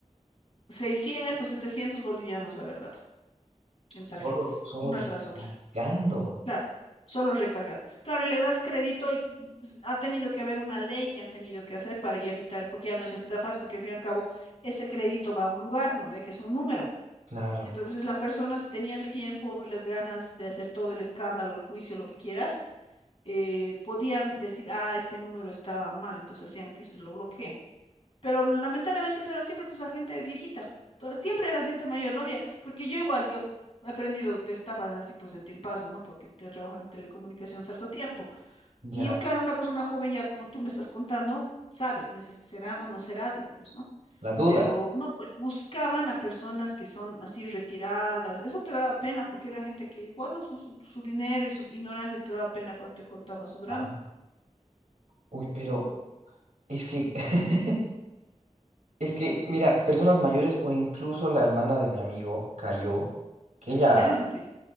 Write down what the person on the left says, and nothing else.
600, 700 bolivianos, haber dado en tarjetas,
una
tras otra. Claro, solo recargan. Claro, y le das crédito y pues, ha tenido que haber una ley que han tenido que hacer para ya evitar, porque ya no es estafas, porque al fin y al cabo ese crédito va a un lugar, ¿no ve? Que es un número.
Entonces la persona si tenía el tiempo y las ganas de hacer todo el escándalo, el juicio, lo que quieras, eh, podían decir, ah, este número está mal, entonces hacían que se lo bloquee. Pero lamentablemente eso era siempre pues la gente viejita. to- Siempre era gente mayor, no había, porque yo igual, yo he aprendido de estafas así pues de tiempazo, ¿no? Porque te trabajan en telecomunicación cierto tiempo.
Y un, claro, una persona joven ya como tú me estás contando, sabes, ¿no? Dices, será o no será, digamos, ¿no?
Pero
no, pues buscaban a personas que son así retiradas. Eso te daba pena porque era gente que igual no su, su, su dinero y su ignorancia te daba pena cuando te contaba su drama.
<laughs> Sí.